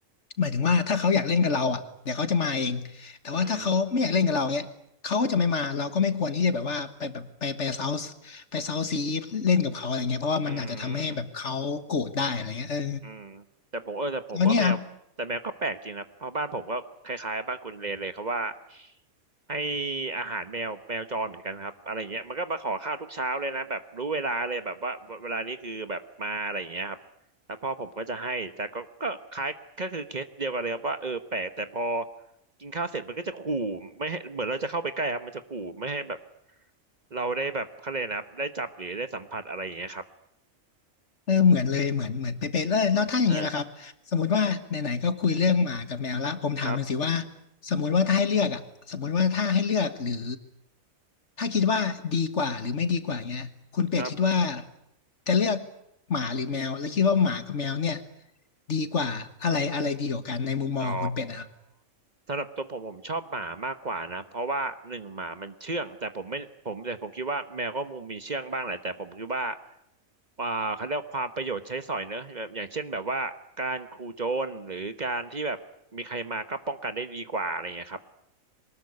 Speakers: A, on the left (about 55°); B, on the right (about 35°).
A: หมายถึงว่าถ้าเขาอยากเล่นกับเราอ่ะเดี๋ยวเขาจะมาเองแต่ว่าถ้าเขาไม่อยากเล่นกับเราเนี้ยเขาก็จะไม่มาเราก็ไม่ควรที่จะแบบว่าไปแบบไปไปเซา
B: อืม
A: ไปเซาซีเล่นกับเขาอะไรเงี้ยเพราะว่ามันอาจจะทำให้แบบเขาโกรธได้อะไรเงี้ยเออ
B: อืม อืมแต่ผมเออแต่ผมว่าแมวแต่แมวก็แปลกจริงนะเพราะบ้านผมก็คล้ายๆบ้านคุณเลนเลยครับว่า
A: แล้วเนี่ยครับ
B: ให้อาหารแมวแมวจรเหมือนกันครับอะไรอย่างเงี้ยมันก็มาขอข้าวทุกเช้าเลยนะแบบรู้เวลาเลยแบบว่าเวลานี้คือแบบมาอะไรอย่างเงี้ยครับแล้วพ่อผมก็จะให้แต่ก็ก็คล้ายก็คือเคสเดียวกันเลยครับว่าเออแปลกแต่พอกินข้าวเสร็จมันก็จะขู่ไม่ให้เหมือนเราจะเข้าไปใกล้ครับมันจะขู่ไม่ให้แบบเราได้แบบเขาเลยกนะครับได้จับหรือได้สัมผัสอะไรอย่างเงี้ยครับ
A: เออเหมือนเลยเหมือนเหมือนเป๊ะๆแล้วแล้วถ้าอย่างเงี้ยล่ะครับสมมุติว่าไหนๆก็คุยเรื่องหมากับแมวละผมถามมันอยสิว่า
B: เออครับ
A: สมมุติว่าถ้าให้เลือกอ่ะสมมุติว่าถ้าให้เลือกหรือถ้าคิดว่าดีกว่าหรือไม่ดีกว่าเงี้ยคุณเป็ดคิดว่า
B: ครับ
A: จะเลือกหมาหรือแมวแล้วคิดว่าหมากับแมวเนี่ยดีกว่าอะไรอะไรดีกว่ากันในมุมมองของคุณเป็ดนะครับ
B: อ๋อสำหรับตัวผมผมชอบหมามากกว่านะเพราะว่าหนึ่งหมามันเชื่องแต่ผมไม่ผมแต่ผมคิดว่าแมวก็มุมมีเชื่องบ้างแหละแต่ผมคิดว่าอ่าเขาเรียกว่าความประโยชน์ใช้สอยเนอะแบบอย่างเช่นแบบว่าการขู่โจรหรือการที่แบบมีใครมาก็ป้องกันได้ดีกว่าอะไรเงี้ยครับ